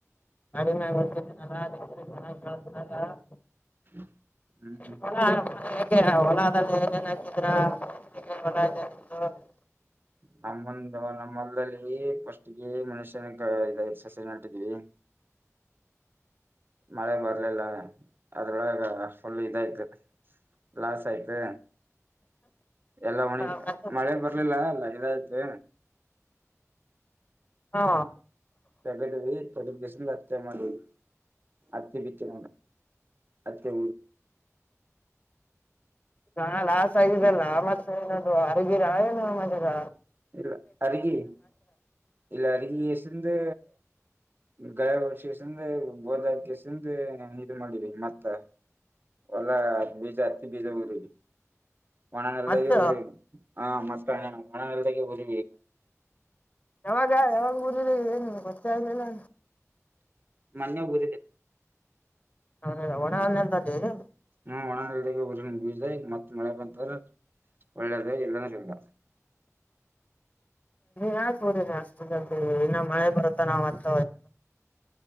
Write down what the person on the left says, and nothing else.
<unintelligible>
ಹೊಲ <unintelligible> <unintelligible>
ಹಾ ಮತ್ತೆ
ಹಾ
ನಾ ಲಾಸ್ ಆಗಿದ್ದಲ್ಲ್ ಆ ಮತ್ರ ಏನೋ ಅರಗಿರ ಏನು ಆ ಮಜದ
ಮತ್ತ
ಯಾವಾಗ್ ಯಾವಾಗ್ ಊರದಿ ಏನ್ ಗತ್ತಾಗಲಿಲ್ಲ.
ಹಲ್ಲ ಒಣ ನೆಲದಲ್ಲಿ
ಯಾಕ್ ನೋಡಿನ್ ಅಷ್ಟು ಜಲ್ ಇನ್ನ ಮಳೆ ಬರುತ್ತ್ ನಾವ್ ಮತ್ತು.